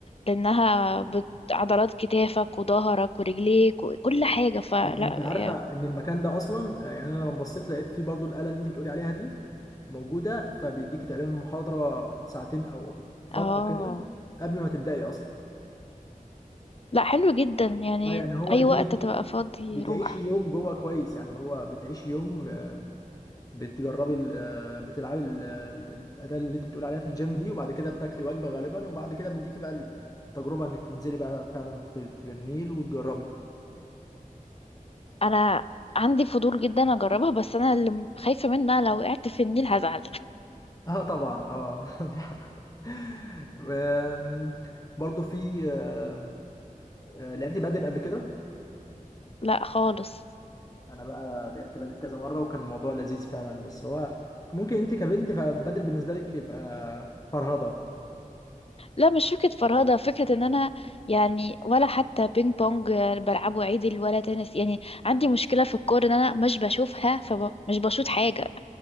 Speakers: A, on the left; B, on the left.
A: لأنها بت... عضلات كتافك وظهرك ورجليك وكل حاجة فلا
B: اه انت عارفه
A: يا-
B: ان المكان ده اصلا آه، يعني انا لما بصيت لقيت فيه برضو الاله اللي انت بتقولي عليها دي موجوده فبيديكي تقريبا محاضره ساعتين او فتره
A: اه
B: كده قبل ما تبداي اصلا
A: لا حلو جدا يعني
B: اه يعني هو
A: أي
B: دي
A: وقت تبقى فاضي
B: بتعيشي
A: روح
B: يوم جوه كويس يعني هو بتعيشي يوم آه، بتجربي ال- آه، بتلعبي ال- آه، الاداه اللي انت بتقولي عليها في الجيم دي وبعد كده بتاكلي وجبه غالبا وبعد كده بيديكي بقى التجربه انك تنزلي بقى فعلا في, في النيل وتجربي
A: أنا عندي فضول جدا أجربها بس أنا اللي خايفة منها لو وقعت في النيل هزعل
B: اه طبعا اه <laughs> أم، برضو في أم، أه، لعبت بدل قبل كده
A: <laughs> لا خالص
B: انا بقى لعبت بدل كذا مره وكان الموضوع لذيذ فعلا بس هو ممكن انت كبنت فبدل بالنسبه لك يبقى فرهضه
A: لا مش فكرة فرهدة فكرة ان انا يعني ولا حتى بينج بونج بلعبه عدل ولا تنس يعني عندي مشكلة في الكورة ان انا مش بشوفها فمش بشوط حاجة